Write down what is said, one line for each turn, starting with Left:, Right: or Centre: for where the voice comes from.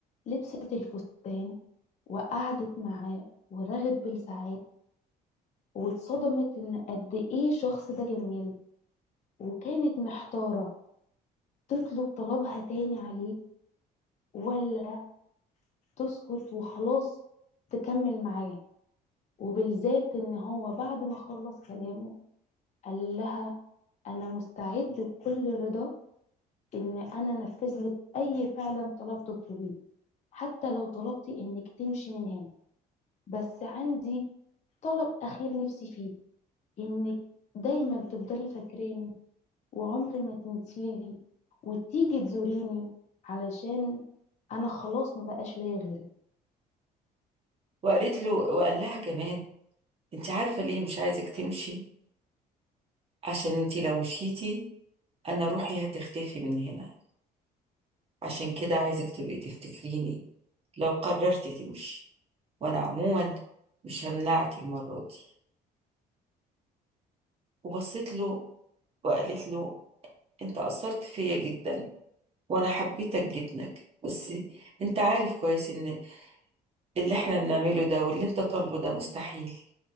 Left: لبست الفستان وقعدت معاه ورغت بالساعات واتصدمت ان قد ايه الشخص ده جميل وكانت محتارة تطلب طلبها تاني عليه ولا تسكت وخلاص تكمل معاه وبالذات ان هو بعد ما خلص كلامه قال لها انا مستعد بكل رضا ان انا انفذ لك اي فعلا طلب تطلبيه حتى لو طلبتي انك تمشي من هنا بس عندي طلب اخير نفسي فيه انك دايما تفضلي فاكراني وعمري ما تنسيلي وتيجي تزوريني علشان انا خلاص ما بقاش ليا غيرك
Right: وقالت له وقال لها كمان انت عارفة ليه مش عايزك تمشي عشان انت لو مشيتي انا روحي هتختفي من هنا عشان كده عايزك تبقي تفتكريني لو قررت تمشي وانا عموما مش همنعك المرة دي وبصيت له وقالت له انت اثرت فيا جدا وانا حبيتك جدا بس انت عارف كويس ان اللي احنا بنعمله ده واللي انت طالبه ده مستحيل